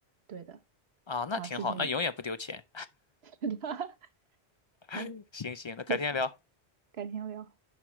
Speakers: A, on the right; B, on the left.
A: 对的。
B: 啊，那挺好，
A: 好，谢谢你。
B: 那永远不丢钱。
A: <laughs> 好，
B: <laughs> 行行，那改天聊。
A: 谢谢，改天聊。